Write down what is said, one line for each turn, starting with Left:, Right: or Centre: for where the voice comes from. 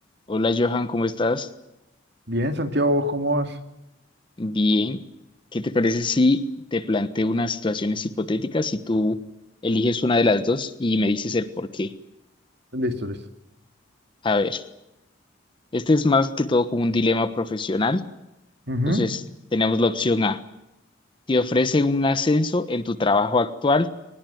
Left: Hola Johan, ¿cómo estás?
Right: Bien, Santiago, ¿vos cómo vas?
Left: Bien. ¿Qué te parece si te planteo unas situaciones hipotéticas y tú eliges una de las dos y me dices el por qué?
Right: Listo, listo.
Left: A ver, este es más que todo como un dilema profesional.
Right: Ujú,
Left: Entonces, tenemos la opción A. Te ofrecen un ascenso en tu trabajo actual